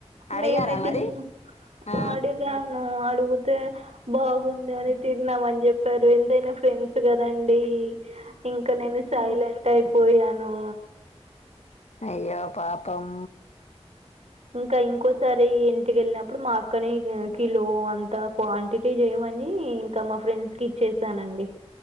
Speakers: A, on the left; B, on the right.
A: అడిగారా
B: మేమే తిన
A: మరి ఆ
B: అడిగాను అడిగుతే బాగుంది అని తిన్నామంట వారు ఎంతైనా ఫ్రెండ్స్ కదండి ఇంకా నేను సైలెంట్ అయిపో యాను.
A: అయ్యో పాపం
B: ఇంకా ఇంకోసారి ఇంటికి వెళ్ళినప్పుడు మా అక్కనే కిలో అంత క్వాంటిటీ చేయ మని ఇంకా మా ఫ్రెండ్స్ కి ఇచ్చేసానండి.